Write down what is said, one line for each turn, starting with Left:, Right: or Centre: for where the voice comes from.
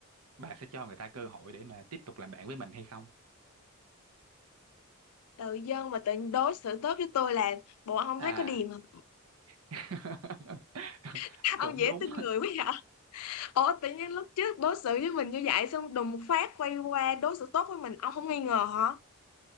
Right: bà sẽ cho người ta cơ hội để mà tiếp tục làm bạn với mình hay không
Left: Tự dưng mà tự đối xử tốt với tôi là bộ ông
Right: à
Left: thấy có điềm không?
Right: <laughs>
Left: <laughs> Ông
Right: cũng
Left: dễ
Right: đúng
Left: tin người quá vậy. Ủa tự nhiên lúc trước đối xử với mình như vậy xong đùng một phát quay qua đối xử tốt với mình ông không nghi ngờ hả?